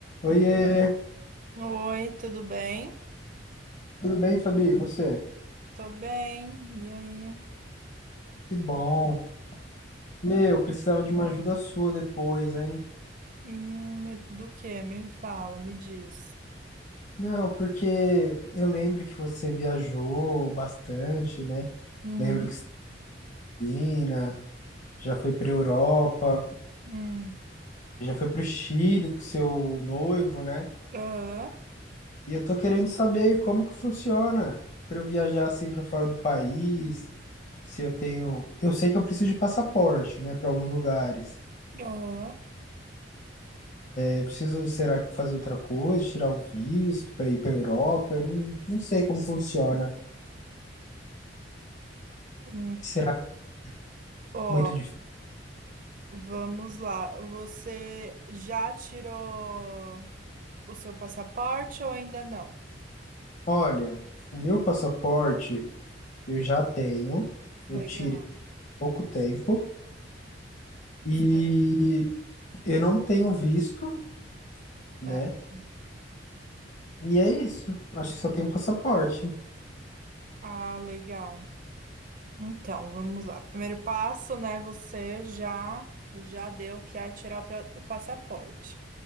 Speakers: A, on the left (about 40°); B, on the right (about 45°).
A: Oiê,
B: Oi, tudo bem?
A: tudo bem, Fabi? E Você?
B: Tô bem. E aí?
A: Que bom. Meu, precisava de uma ajuda sua depois, hein?
B: Hum, me- do que? Me fala, me diz.
A: Não, porque eu lembro que você viajou bastante, né?
B: Uhum.
A: Lembro que você é Pina, já foi pra Europa,
B: Hum.
A: já foi pro Chile com seu noivo, né?
B: Ah,
A: E eu tô querendo saber como que funciona pra eu viajar assim pra fora do país, se eu tenho, eu sei que eu preciso de passaporte, né, Pra alguns lugares.
B: ah,
A: Eu preciso, será que fazer outra coisa, tirar o visto para ir para Europa? Eu não, não sei como funciona.
B: hum.
A: Será que é
B: Ó,
A: muito difícil?
B: vamos lá. Você já tirou o seu passaporte ou ainda não?
A: Olha, o meu passaporte eu já tenho, eu
B: Legal.
A: tirei há pouco tempo e
B: Certo,
A: eu não tenho visto,
B: certo.
A: né? E é isso. Acho que só tenho passaporte.
B: Ah, legal. Então, vamos lá. Primeiro passo, né? Você já já deu que é tirar o pra- o passaporte.